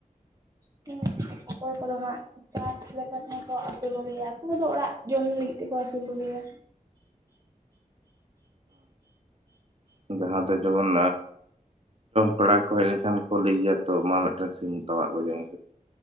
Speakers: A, on the right; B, on the right.
A: ᱴᱷᱤᱠ ᱚᱠᱚᱭ ᱠᱚᱫᱚ ᱦᱟᱸᱜ ᱪᱟᱥ ᱞᱮᱠᱟ ᱛᱮ ᱠᱚ ᱟᱹᱥᱩᱞ ᱠᱚᱜᱮᱭᱟ ᱟᱠᱚ ᱠᱚᱫᱚ ᱚᱲᱟᱜ ᱡᱚᱢ ᱞᱟᱹᱜᱤᱫ ᱛᱮᱠᱚ ᱟᱹᱥᱩᱞ ᱠᱚᱜᱮᱭᱟ
B: ᱦᱮᱸ ᱡᱟᱦᱟᱸ ᱫᱚ ᱡᱮᱢᱚᱱ ᱯᱮᱲᱟ ᱠᱚ ᱦᱮᱡ ᱞᱮᱱᱠᱷᱟᱱ ᱠᱚ ᱞᱟᱹᱭ ᱜᱮᱭᱟ ᱛᱚ ᱢᱟ ᱢᱤᱫᱴᱟᱝ ᱥᱤᱢ ᱛᱟᱣᱟᱜ ᱠᱚᱡᱮ ᱢᱮ